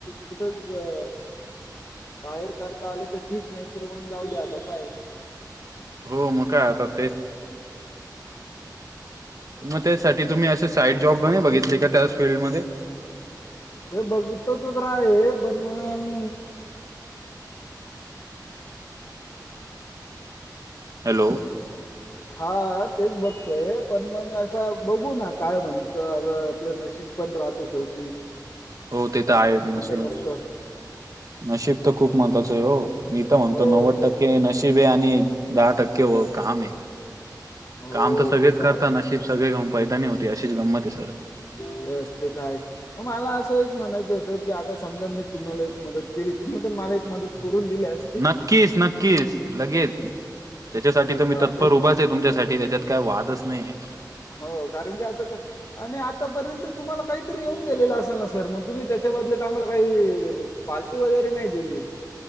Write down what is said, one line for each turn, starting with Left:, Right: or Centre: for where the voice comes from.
Left: कुठच अ बाहेर कारता आलं तर ठीक नाही तर मग जाऊ दे आता काय
Right: हो मग काय आता तेच <unintelligible> मग त्यासाठी तुम्ही असे साईड जॉब नाही बघितले का त्या फीलल्डमध्ये
Left: ते बघतो त तर आहे पण मग
Right: हॅलो <unintelligible>
Left: हा तेच बघतोय पण मग असं बघू ना काय म्हणत आपलं नशिब <unintelligible> शेवट <unintelligible>
Right: हो ते तर आहेच नशिब
Left: तर नसतं
Right: नशीब तर खूप महत्वाचं आहे हो मी तर म्हणतो
Left: हो
Right: नव्वद
Left: ते
Right: टक्के नशीब ब आणि दहा टक्के काम आहे
Left: हो
Right: काम तर सगळेच
Left: ते आहेच
Right: करतात सगळे <unintelligible> होते अशीच गंमत आहे सर <unintelligible>
Left: व्यवस्थित आहेत <unintelligible> मला असं एक म्हणायचं होतं की आता समजा मी तुम्हाला एक मदत केली तुम्ही पण मला एक मदत करून दिल्यास
Right: नक्कीच नक्कीच लगेच त्याच्यासाठी
Left: लगेच
Right: तर
Left: हा
Right: मी तत्पर
Left: तेच
Right: उभाच आहे तुमच्यासाठी त्याच्यात काय वादच नाही <unintelligible>
Left: हो कारण की आता का <unintelligible> आणि आतापर्यंत तुम्हाला काहीतरी येऊन गेलेलं असेल ना सर मग तुम्ही त्याच्या बदल्यात तर आम्हाला काही पार्टी वगैरे नाही दिली <unintelligible>